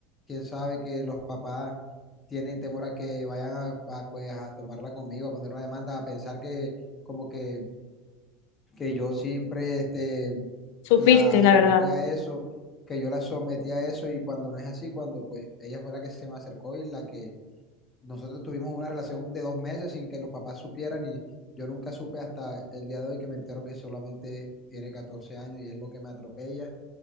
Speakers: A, on the left; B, on the left.
A: quién sabe que los papás tienen temor a que vayan a, a, pues, a tomarla conmigo, a poner una demanda, a pensar que como que que yo siempre este,
B: Supiste,
A: la
B: la
A: sometí
B: verdad.
A: a eso, que yo la sometí a eso y cuando no es así, cuando pues ella fue la que se me acercó y la que nosotros tuvimos una relación de dos meses sin que los papás supieran y yo nunca supe hasta el día de hoy que me entero que solamente tiene 14 años y es lo que me atropella.